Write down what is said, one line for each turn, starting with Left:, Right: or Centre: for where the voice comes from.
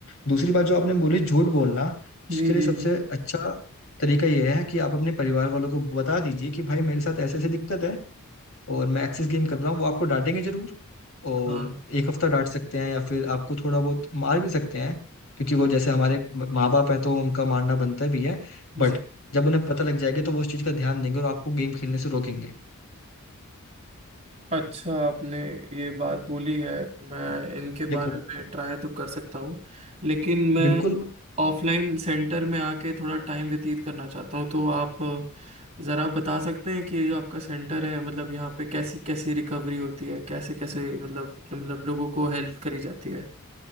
Left: दूसरी बात जो आपने बोली झूठ बोलना उसके
Right: जी
Left: लिए
Right: जी
Left: सबसे
Right: जी
Left: अच्छा तरीका यह है कि आप अपने परिवार वालों को बता दीजिए कि भाई मेरे साथ ऐसे ऐसे दिक्कत है और मैं एक्सेस गेम कर रहा हूँ वो आपको डांटेंगे जरूर और
Right: हाँ
Left: एक हफ्ता डांट सकते हैं या फिर आपको थोड़ा बहुत मार भी सकते हैं क्योंकि वो जैसे हमारे माँ बाप हैं तो उनका मारना बनता भी है
Right: जी
Left: बट जब उन्हें पता लग जाएगा तो वो उस चीज का ध्यान देंगे और आपको गेम खेलने से रोकेंगे
Right: अच्छा आपने ये बात बोली है मैं इनके
Left: देखो
Right: बारे में ट्राई तो कर सकता हूँ लेकिन मैं
Left: बिल्कुल
Right: ऑफलाइन सेंटर में आके थोड़ा टाइम व्यतीत करना चाहता हूँ तो आप ज़रा बता सकते हैं कि ये जो आपका सेंटर है मतलब यहाँ पे कैसी कैसी रिकवरी होती है कैसे कैसे मतलब मतलब लोगों को हेल्प करी जाती है